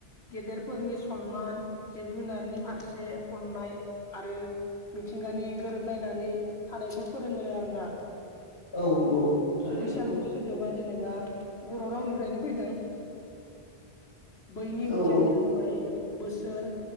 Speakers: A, on the left; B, on the left.
A: गेदेरफोरनि सनमान जिब जुनारनि फारसे अननाय आरो मिथिंगानि गोरोबलायनानै थानायखौ फोरोंङो आरो ना
B: औ औ थारैनो
A: बैसागु
B: नंगौ
A: सोदोबा जेनेबा बर' रावनिफ्रायनो फैदों । बैनि ओंथियानो
B: औ औ
A: जाबाय बोसोर